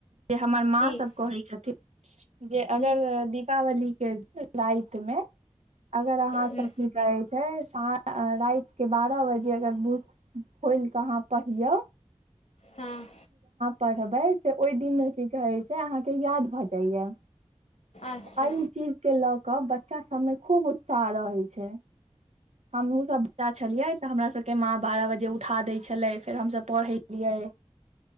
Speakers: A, on the right; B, on the left.
A: हमर मां
B: की
A: सब कहै छथिन जे अगर
B: हूँ
A: दीपावली राति मे अगर अहाँ सब
B: हूँ
A: की कहैछी राति के बारह बजे अगर बोयलके आहां पढियौ
B: हँ
A: पढ़बै से ओहि दिनमे की कहैत छै अहाँके याद भऽ जाइया
B: अच्छा
A: एहि चीज के लअके तब बच्चा सबमे खूब उत्साह रहै छै हमहु सब बच्चा छलियै तऽ हमरा सबके माँ बारह बजे उठा दै छलै फेर हम सब पढ़ैत रहिए